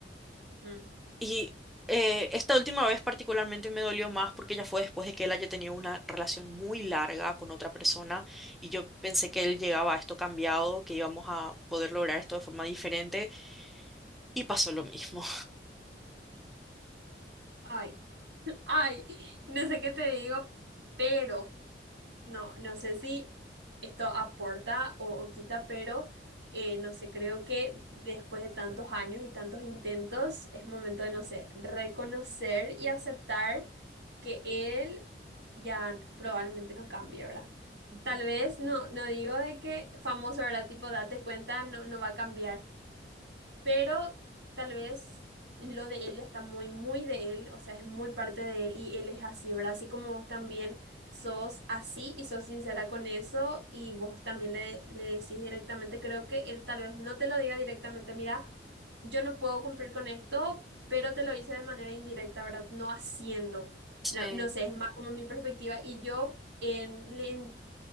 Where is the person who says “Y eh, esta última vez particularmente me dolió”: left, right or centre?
Centre